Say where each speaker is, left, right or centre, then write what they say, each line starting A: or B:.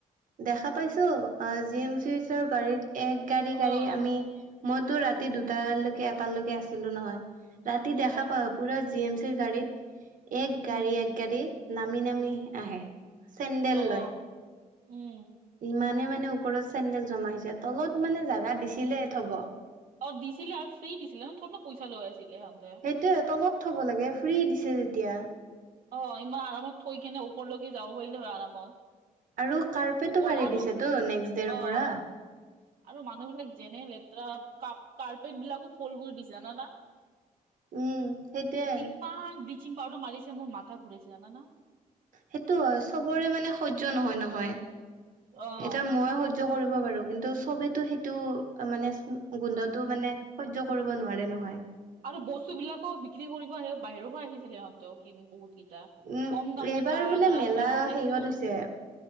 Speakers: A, on the right; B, on the right.
A: দেখা পাইছোঁ অহ, জি এম চিচৰ গাড়ীত এক গাড়ী গাড়ী
B: অ
A: আমি মইতো ৰাতি দুটালৈকে এটালৈকে আছিলোঁ নহয়। ৰাতি
B: অ',
A: দেখা পাওঁ পুৰা জি এম চি গাড়ীত, এক
B: উম,
A: গাড়ী এক গাড়ী নামি-নামি আহে। চেণ্ডেল
B: অহ',
A: লয়।
B: উম'।
A: ইমানে মানে ওপৰত চেন্দেল জমা হৈছে তলত মানে জোগা দিছিলেই থব।
B: অহ, দিছিলে আৰু ফ্ৰী দিছিলে ন, ক'ত পইচা লৈ আছিলে সিহঁতে।
A: সেইটোৱে তনত থব লাগে ফ্ৰী দিছে যেতিয়া।
B: অহ, ইমান আৰামত থৈ কেনে ওপৰলৈকে যাব পাৰিলে হয় আৰামত।
A: আৰু কাৰ্পেটো
B: ওপৰত
A: বাঢ়ি
B: আৰু
A: দিছে তো নেক্সটডেৰ
B: অ',
A: পৰা।
B: আৰু মানুহবিলাক যেনে লেতেৰা কা-কাৰ্পেটবিলাকো ফ্ৰল কৰি দিছো ন' না।
A: উম' সেইটোৱে।
B: ইমান ব্লিচিং পউডাৰ মাৰিছে মোৰ মাথা ঘুৰাইছে জানানা?
A: সেইটো হয় চবৰে মানে সহ্য নহয়-নহয়।
B: অ',
A: এতিয়া মই সহ্য সহ্য কৰিব পাৰোঁ কিন্তু চবেতো সেইটো মানে গোন্ধতটো মানে সহ্য কৰিব নোৱাৰে নহয়।
B: আৰু বস্তুবিলাকো বিক্ৰী কৰিব আহে, বাহিৰৰ পৰা আহিছিলে সিহঁতেও কিন্তু কি
A: উম,
B: কম দামত
A: এইবাৰ
B: বা
A: বোলে
B: গ্লাছ
A: মেলা
B: বেংগল চাইছো
A: শেহত হৈছে।